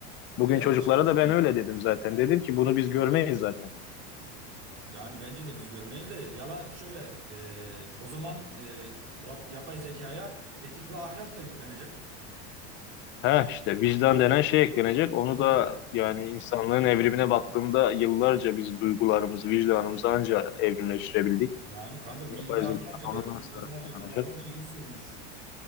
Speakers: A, on the left (about 35°); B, on the right (about 85°).
A: Bugün
B: Ve
A: çocuklara
B: şimdi şöyle
A: da ben öyle dedim zaten. Dedim ki bunu biz görmeyiz zaten.
B: Yani bence de biz görmeyiz de yalan şöyle e, o zaman e, rab- yapay zekaya etik ve ahlak da yüklenecek.
A: Ha işte vicdan denen şey eklenecek. Onu
B: Hı.
A: da yani insanlığın evrimine baktığında yıllarca biz duygularımızı, vicdanımızı anca evrimleştirebildik.
B: Yani kanka milyarlarca
A: Yapay zeka onu
B: belki milyonlarca
A: nasıl tanımlayacak?
B: milyarlarca yıl sürmüş.